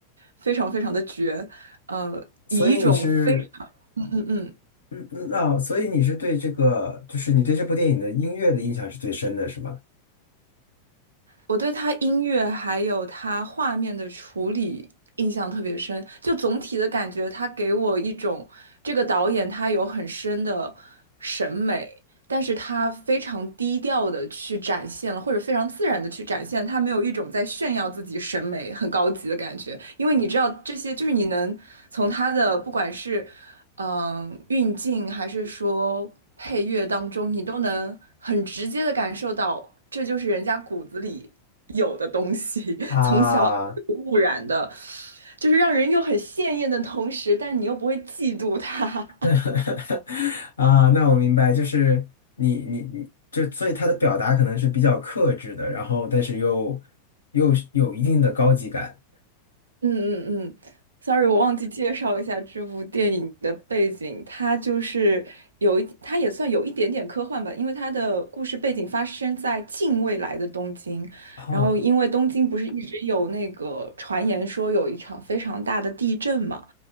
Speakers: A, on the right (about 70°); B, on the left (about 70°).
A: 非常非常的绝，呃，
B: 所以你是，
A: 以一种非常嗯嗯
B: 嗯，那、哦所以你是对这个，就是你对这部电影的音乐的印象是最深的，是吗？
A: 我对他音乐还有他画面的处理印象特别深，就总体的感觉，他给我一种这个导演他有很深的审美，但是他非常低调的去展现了，或者非常自然的去展现，他没有一种在炫耀自己审美很高级的感觉，因为你知道这些，就是你能从他的不管是嗯运镜还是说配乐当中，你都能很直接的感受到，这就是人家骨子里有的东西，
B: 啊
A: 从小耳濡目染的，就是让人又很鲜艳的同时，但你又不会嫉妒他。
B: <laughs> 啊，那我明白，就是你你你，就所以他的表达可能是比较克制的，然后但是又又是有一定的高级感
A: 嗯嗯嗯，sorry，我忘记介绍一下这部电影的背景。它就是有一，它也算有一点点科幻吧，因为它的故事背景发生在近未来的东京。
B: 啊，
A: 然后，因为东京不是一直有那个传言说有一场非常大的地震嘛，